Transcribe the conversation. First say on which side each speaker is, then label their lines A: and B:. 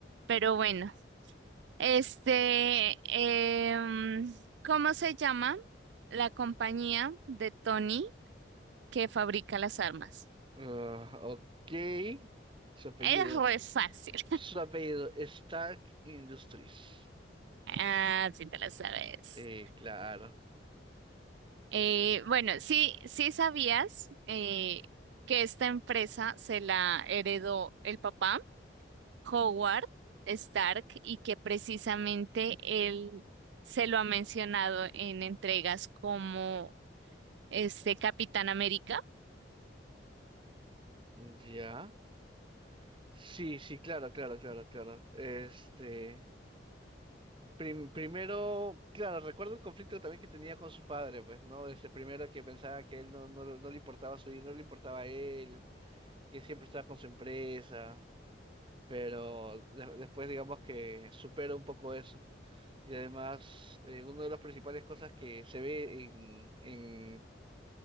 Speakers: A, on the right; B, on the right.
A: Pero bueno, este, em, ¿cómo se llama la compañía de Tony que fabrica las armas?
B: Ah, ok. Su apellido.
A: Es re fácil.
B: Su apellido, Stark Industries.
A: Ah, sí te la sabes.
B: Eh, claro.
A: Eh, bueno, sí, sí sabías eh, que esta empresa se la heredó el papá, Howard Stark, y que precisamente él se lo ha mencionado en entregas como este Capitán América.
B: Ya. Sí, sí, claro, claro, claro, claro. Este, prim- primero, claro, recuerdo el conflicto también que tenía con su padre, pues, ¿no? Este, primero que pensaba que él no, no, no le importaba su hijo, no le importaba a él, que siempre estaba con su empresa, pero de- después digamos que supera un poco eso. Y además, eh, una de las principales cosas que se ve en, en